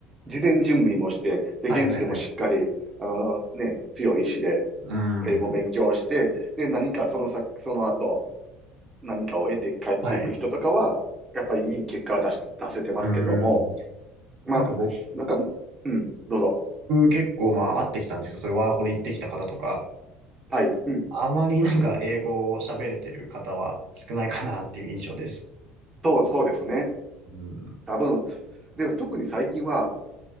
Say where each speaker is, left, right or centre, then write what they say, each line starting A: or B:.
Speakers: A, on the right (about 25°); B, on the right (about 70°).
A: 事前準備もして、で、
B: はいはいはい。
A: 現地でもしっかり、あの、ね、強い意志で
B: うん。
A: 英語を勉強して、で、何かその先、その後、何かを得て帰っていく人とかは、
B: はい。
A: やっぱりいい結果は出し、出せてますけども、
B: うん。
A: まあ、
B: なんか僕、
A: なんか、うん、どうぞ。
B: 結構まあ、会ってきたんですよ。そういうワーホリ行ってきた方とか、
A: はい、うん、
B: あまりなんか英語を喋れてる方は少ないかなっていう印象です。
A: と、そうですね。
B: うん。
A: 多分、でも特に最近は、